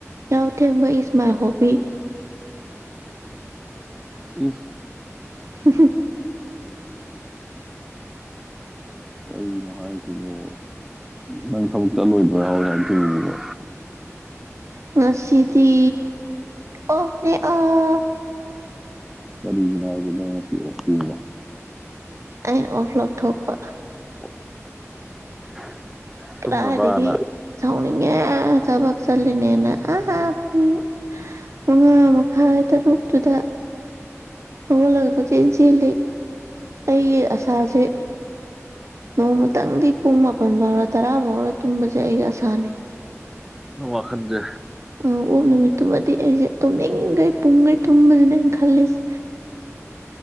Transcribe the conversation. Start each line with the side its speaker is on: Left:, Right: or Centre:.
Right: ꯌꯥꯎ ꯊꯦꯡꯕ ꯏꯖ ꯃꯥꯏ ꯍꯣꯕꯤ
Centre: ꯎꯝ
Right: <unintelligible>
Centre: ꯀꯔꯤꯒꯤꯅꯣ ꯍꯥꯏꯁꯤꯕꯣ ꯅꯪ ꯊꯕꯛꯇ ꯂꯣꯏꯕ꯭ꯔ ꯌꯥꯎꯋꯦ ꯍꯥꯏꯅ ꯊꯤꯡꯉꯕ
Right: ꯉꯁꯤꯗꯤ ꯑꯣꯐꯅꯦ ꯑꯐ
Centre: ꯀꯔꯤ ꯅꯥ ꯀꯗ ꯁꯤ ꯑꯣ
Right: ꯑꯩꯅ ꯑꯣꯐ ꯂꯣꯛ ꯊꯣꯛꯄ
Centre: <unintelligible>
Right: ꯀ
Centre: ꯇꯨꯝꯅꯕꯅ
Right: ꯍꯥꯏꯔꯤꯗꯒꯤ ꯁꯥꯎꯅꯤꯡꯉꯦ ꯆꯕ ꯆꯜꯂꯤꯂꯤꯅꯦꯅ ꯑꯥ ꯄꯨꯡ ꯃꯉꯥ ꯃꯈꯥꯏ ꯇꯔꯨꯛꯇꯨꯗ ꯍꯧꯒꯣꯜꯂꯒ ꯀꯣꯏꯆꯦꯟ ꯆꯦꯜꯂꯤ ꯑꯩꯒꯤ ꯑꯁꯥꯁꯦ ꯅꯣꯡꯃꯇꯪꯗꯤ ꯄꯨꯡ ꯃꯥꯄꯟꯕꯔ ꯇꯔꯥꯕꯔ ꯇꯨꯝꯕꯁꯦ ꯑꯩ ꯑꯁꯥꯅꯦ
Centre: ꯋꯥꯈꯟꯗꯦ
Right: ꯑꯣꯛ ꯅꯨꯃꯤꯠꯇꯨꯃꯗꯤ ꯑꯩꯁꯦ ꯇꯨꯝꯅꯤꯡꯈꯩ ꯄꯨꯡꯈꯩ ꯇꯨꯝꯅꯤꯅ ꯑꯩꯅ ꯈꯜꯂꯤꯁꯦ